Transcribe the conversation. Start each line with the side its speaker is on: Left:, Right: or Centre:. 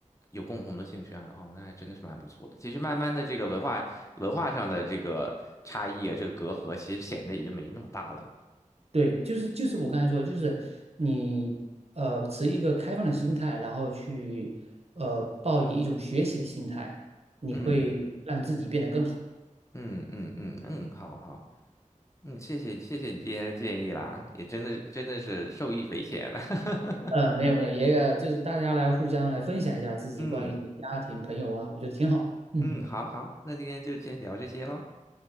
Left: 有共同的兴趣爱好，那还真的是蛮不错的。其实慢慢的，这个文化文化上的这个差异啊，这个隔阂，其实显得也就没那么大了。
Right: 对，就是就是我刚才说的，就是你呃持一个开放的心态，然后去呃抱以一种学习的心态，你会让自己变得更好。
Left: 嗯嗯嗯嗯嗯，好好，嗯，谢谢谢谢你今天的建议啦，也真的真的是受益匪浅了。
Right: 呃，
Left: <laughs>
Right: 没有没有，也呃就是大家来互相来分享一下自己关于家庭朋友啊，
Left: 嗯
Right: 我觉得挺好。嗯，
Left: 嗯，好好，那今天就先聊这些喽。